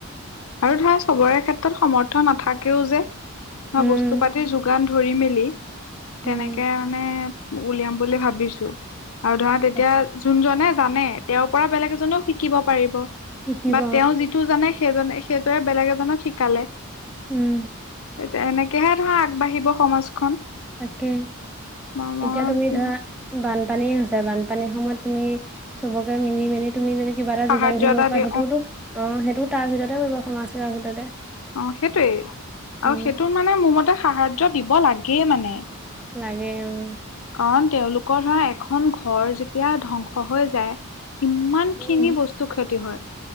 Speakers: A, on the left; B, in the centre.
A: আৰু তাই চবৰে ক্ষেত্ৰত সমৰ্থ নাথাকেও যে।
B: উম,
A: বস্তু পাতিৰ যোগান ধৰি-মেলি
B: উম,
A: তেনেকে মানে, উলিয়াম বুলি ভাবিছো। আৰু ধৰা তেতিয়া
B: তাক
A: যোনজনে জানে তেওঁৰ পৰা বেলেগ এজনেও সি শিকিব পাৰিব।
B: শিকিব
A: বা তেওঁ যিটো জানে সেইজনে সেইটোৰে বেলেগ এজনক শিকালে।
B: উম।
A: তেতিয়া এনেকেহে ধৰা আগবাঢ়িব সমাজখন।
B: তাকে
A: বা মই
B: এতিয়া তুমি ধৰা বানপানী হৈছে বানপানীৰ সময়ত। তুমি চবকে মিলি-মেলি তুমি যদি কিবা এটা
A: সাহাৰ্য
B: যোগান ধৰিব
A: এটা
B: পাৰা
A: দি
B: সেইটোতো অ, সেইটো তাৰ ভিতৰতে কৰিব সমাজ কাৰ ভিতৰতে।
A: অ', সেইটোৱে
B: উম,
A: আৰু সেইটো মানে মোৰ মতে সাহাৰ্য দিব লাগে মানে।
B: লাগে উম।
A: কাৰণ তেওঁলোকৰ ধৰা এখন ঘৰ যেতিয়া ধ্বংস হৈ যায়। কিমান
B: উম,
A: খিনি বস্তু ক্ষতি হয়।